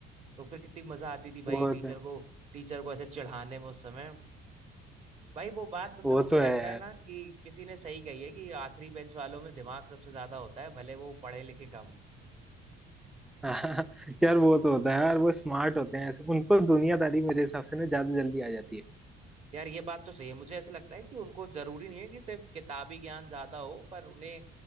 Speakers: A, on the right; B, in the centre.
A: तो फिर कितनी मजा आती थी भाई
B: वो
A: टीचर
B: तो
A: को टीचर को ऐसे चिढ़ाने में उस समय भाई वो बात मतलब
B: वो
A: मुझे
B: तो
A: लगता
B: है
A: है ना कि किसी ने सही कही है कि आखिरी बेंच वालों में दिमाग सबसे ज्यादा होता है भले वो पढ़े लिखे कम
B: <laughs> हाँ, यार वो तो होता है यार वो स्मार्ट होते हैं ऐसे उनको दुनियादारी मेरे हिसाब से ना ज्यादा जल्दी आ जाती है
A: यार ये बात तो सही है मुझे ऐसा लगता है कि उनको जरूरी नहीं है कि सिर्फ किताबी ज्ञान ज्यादा हो पर उन्हें